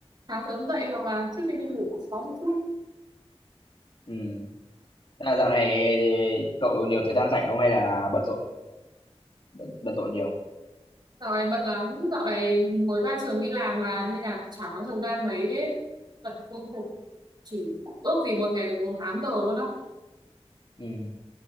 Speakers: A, on the right; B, on the left.
A: sáng sớm dậy hoặc là trước khi đi ngủ cũng có một chút
B: Ừm. Tức là dạo này thì cậu nhiều thời gian rảnh không hay là bận rộn bận bận rộn nhiều?
A: dạo này bận lắm dạo này mới ra trường đi làm mà nên là chả có thời gian mấy ấy. bận công việc chỉ ước gì một ngày được bốn tám giờ luôn á
B: Ừm.